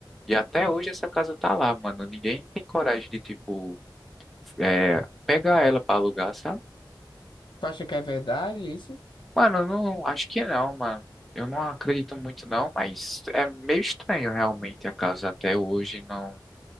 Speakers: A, in the centre; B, on the left.
A: E até hoje essa casa tá lá, mano. Ninguém tem coragem de, tipo, é, pegar ela pra alugar, sabe?
B: tu acha que é verdade isso?
A: Mano, eu não, acho que não, mano. Eu não acredito muito não, mas é meio estranho realmente a casa até hoje não